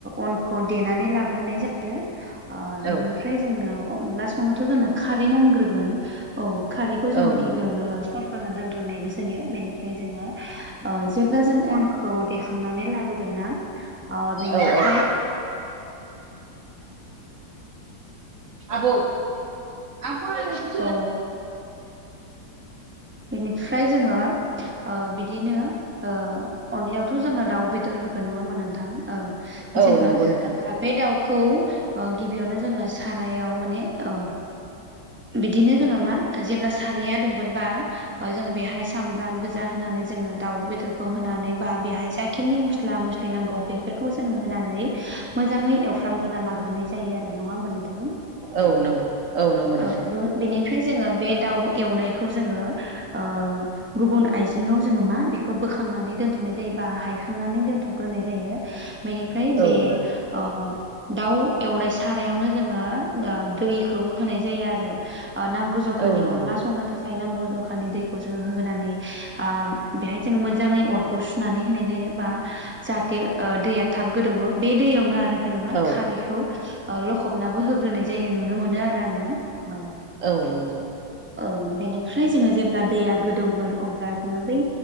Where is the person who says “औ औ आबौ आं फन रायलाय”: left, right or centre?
Right